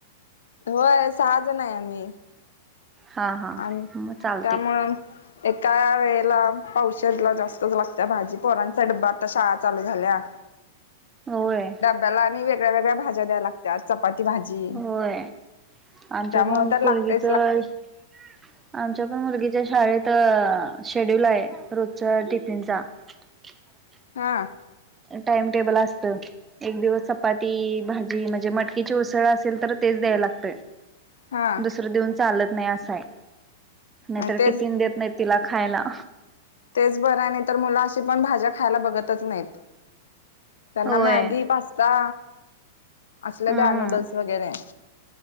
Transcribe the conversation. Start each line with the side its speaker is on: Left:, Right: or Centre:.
Left: होय सहा जण आहे आम्ही.
Right: हा हा
Left: आणि
Right: मग चालते
Left: त्यामुळे एका वेळेला पावशर ला जास्त. लागत्या भाजी पोरांचा डबा आता शाळा चालू झाल्या.
Right: होय
Left: डब्याला आणि वेगळ्या वेगळ्या भाज्या द्याय लागत्यात. चपाती भाजी
Right: होय आमच्या
Left: त्यामुळे
Right: पण
Left: तर लागतेच
Right: पोरगीच. आमच्या
Left: लागते
Right: पण मुलगीच्या शाळेत शेड्यूल आहे. रोजच्या टिफिनचा <unintelligible>
Left: हा.
Right: टाइमटेबल असत एक दिवस चपाती, भाजी म्हणजे मटकीची उसळ असेल तर तेच द्यायला लागतंयं.
Left: हा
Right: दुसरं देऊन चालत नाही असं आहे. नाहीतर
Left: तेच
Right: टिफिन देत नाही तिला खायला.
Left: तेच बरं आहे नाही तर मुल अशी पण भाज्या खायला बघतच नाहीत. त्यांना
Right: होय
Left: मॅगी, पास्ता. असल
Right: हम्म
Left: द्या नूडल्स वगैरे.